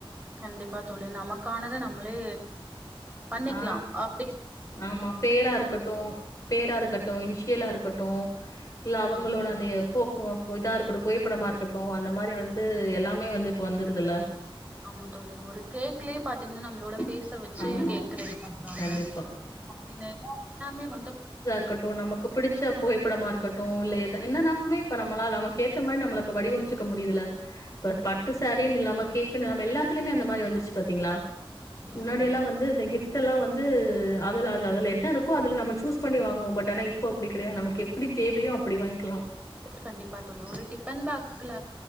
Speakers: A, on the right; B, on the left.
A: கண்டிப்பா தோழி நமக்கானத நம்மளே பண்ணிக்கலா
B: ஆ
A: அப்டின்
B: ஆமா பேரா இருக்கட்டு பேரா இருக்கட்டு இனிஷியலா இருக்கட்டு இல்ல
A: கண்டிப்பா
B: அவுங்களோட
A: தோழி
B: அந்த போஃபோ இதா இருக்கட்டு புகைப்படமா இருக்கட்டு அந்த மாரி வந்து எல்லாமே வந்து இப்ப வந்துருதுல்ல
A: ஆமா தோழி ஒரு கேக்லயே பாத்தீங்கன்னா நம்மளோட ஃபேஸ் முட்ட வச்சு
B: ஆமா,
A: கேக்கு ரெடி பண்றாங்க
B: கண்டிப்பா.
A: அப்டின்னு எல்லா <inaudible> ஃபேமிலியும் வந்து
B: க்கட்டு நமக்கு பிடிச்ச புகைப்படமா இருக்கட்டு இல்ல என்ன என்னனாலுமே இப்ப நம்மளால நமக்கு ஏத்த மாரி நம்மள இப்ப வடிவமச்சு க்க முடியுதல இப்ப பட்டு சாரின் இல்லாம கேக்குனு எல்லாத்தலயுமே அந்த மாரி வந்துருச்சு பாத்தீங்ளா
A: ஆமா
B: முன்னாடியெல்லா
A: தோழி
B: வந்து இந்த கிஃப் ட்டெல்லா வந்து அதுல அது அதுல என்ன இருக்கோ அதுல நம்ம சூஸ் பண்ணி வாங்குவோ பட் ஆனா இப்போ அப்டி கெடயாது நமக்கு எப் ப்டி தேவையோ அப்டி வாய்ங்க்கலா
A: கண்டிப்பா தோழி ஒரு டிஃபன் பாக்ஸ்கல